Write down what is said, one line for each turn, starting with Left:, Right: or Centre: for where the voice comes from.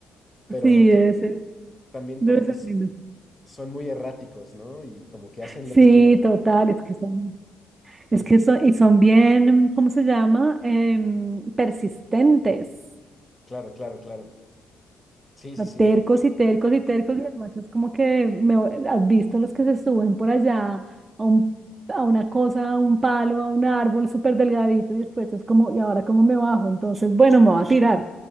Left: pero
Right: Sí,
Left: creo-
Right: debe ser,
Left: también
Right: debe
Left: como que
Right: ser
Left: so-
Right: lindo.
Left: son muy erráticos, ¿no? Y como que hacen
Right: Sí,
Left: lo que quieren.
Right: total, es que son, es que son, y son bien, ¿cómo se llama? Em, persistentes.
Left: Claro, claro, claro. Sí, sí,
Right: O sea,
Left: sí.
Right: tercos y tercos y tercos, y además es como que me, has visto los que se suben por allá a un, a una cosa, a un palo, a un árbol súper delgadito, y después es como, ¿y ahora cómo me bajo? Entonces, bueno, me voy a tirar,